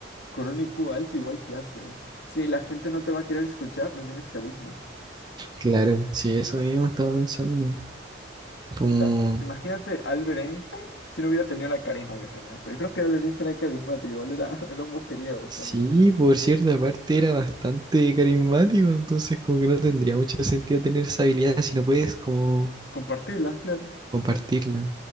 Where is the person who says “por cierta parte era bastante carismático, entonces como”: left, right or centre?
Right